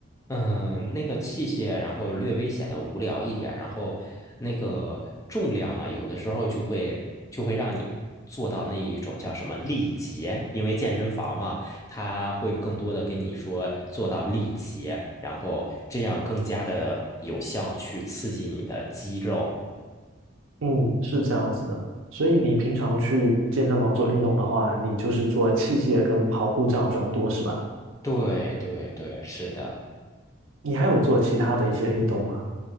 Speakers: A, on the left; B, on the right.
A: 嗯，那个器械，然后略微显得无聊一点，然后那个重量嘛，有的时候就会就会让你做到那一种叫什么力竭，因为健身房嘛，它会更多的跟你说做到力竭，然后这样更加的有效去刺激你的肌肉。
B: 嗯，是这样子的。所以你平常去健身房做运动的话，你就是做器械跟跑步这样比较多，是吧？
A: 对对对，是的。
B: 你还有做其他的一些运动吗？